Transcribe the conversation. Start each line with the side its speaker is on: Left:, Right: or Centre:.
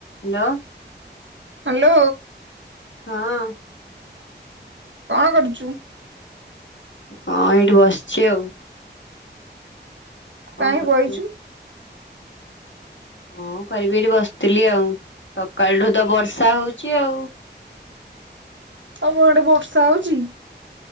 Left: ହାଲୋ।
Right: ହାଲୋ।
Left: ହଁ।
Right: କଣ କରୁଛୁ।
Left: ହଁ ଏଇଠି ବସିଛି ଆଉ। କଣ
Right: କାହିଁ
Left: କରୁଛୁ।
Right: ବଇଛୁ
Left: ହଁ କରିବି ଏଠି ବସିଥିଲି ଆଉ ସକାଳଠୁ ତ ବର୍ଷା ହଉଚି ଆଉ।
Right: ତମ ଆଡେ ବର୍ଷା ହଉଛି।